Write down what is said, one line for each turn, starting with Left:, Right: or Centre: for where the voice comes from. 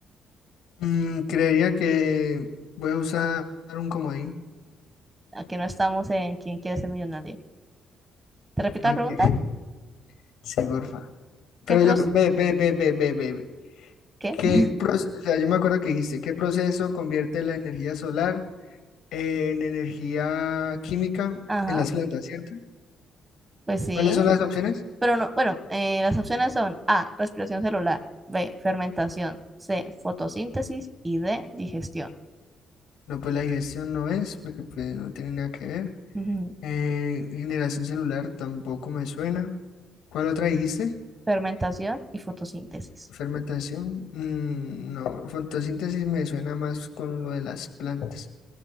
Left: Mm, creería que voy a usar un comodín,
Right: Aquí no estamos en quién quiere ser millonario. ¿Te repito
Left: porque
Right: la pregunta?
Left: <laughs> sí, porfa. Pero
Right: ¿Qué pros...
Left: yo, ve, ve, ve, ve, ve, ve. ve.
Right: ¿Qué?
Left: ¿Qué
Right: <laughs>
Left: proceso, o sea, yo me acuerdo que dijiste, ¿qué proceso convierte la energía solar en energía química
Right: Ajá.
Left: en las plantas, cierto?
Right: Pues sí,
Left: ¿Cuáles son las opciones?
Right: Pero no, bueno, eh, las opciones son A, respiración celular, B, fermentación, C, fotosíntesis y D, digestión.
Left: No, pues la digestión no es, porque pues no tiene nada que ver.
Right: Ujú.
Left: Eh, generación celular tampoco me suena. ¿Cuál otra dijiste?
Right: Fermentación y fotosíntesis.
Left: Fermentación. Mm, no, fotosíntesis me suena más con lo de las plantas.